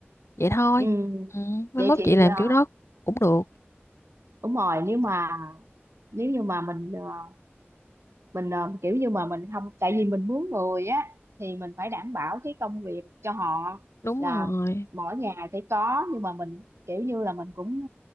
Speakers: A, on the left; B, on the right.
A: vậy thôi
B: ừ
A: ừ, mấy
B: vậy
A: mốt
B: chị
A: Ừ. chị làm
B: ờ,
A: kiểu đó cũng được
B: đúng rồi nếu mà nếu như mà mình ờ, mình ờ, kiểu như mà mình không tại vì mình mướn người á thì mình phải đảm bảo cái công việc cho họ
A: đúng
B: là
A: rồi
B: mỗi ngày sẽ có nhưng mà mình kiểu như là mình cũng